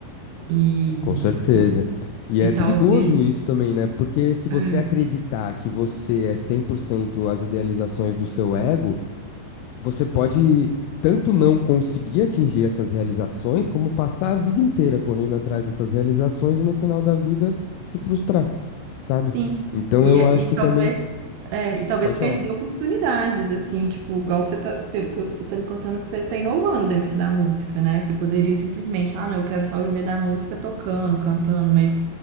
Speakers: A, on the right; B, on the left.
A: E,
B: Com certeza. E
A: e
B: é
A: talvez,
B: perigoso isso também, né? Porque se você
A: é,
B: acreditar que você é 100% as idealizações do seu ego, você pode tanto não conseguir atingir essas realizações, como passar a vida inteira correndo atrás dessas realizações e no final da vida se frustrar, sabe?
A: sim,
B: Então
A: e,
B: eu
A: e
B: acho que
A: talvez,
B: também.
A: é, e talvez
B: Pode
A: perder
B: falar.
A: oportunidades, assim, tipo, igual você tá, pelo que você tá me contando, você tá inovando dentro da música, né? Você poderia simplesmente, ah, não, eu quero só viver da música tocando, cantando, mas